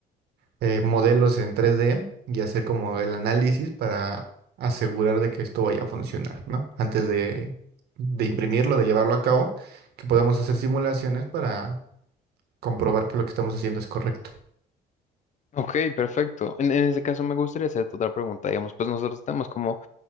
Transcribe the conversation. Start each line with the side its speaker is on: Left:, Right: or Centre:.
Right: eh, modelos en 3D y hacer como el análisis para asegurar de que esto vaya a funcionar, ¿no? Antes de, de imprimirlo, de llevarlo a cabo, que podamos hacer simulaciones para comprobar que lo que estamos haciendo es correcto.
Left: Ok, perfecto. En, en ese caso me gustaría hacerte otra pregunta. Digamos, pues nosotros tenemos como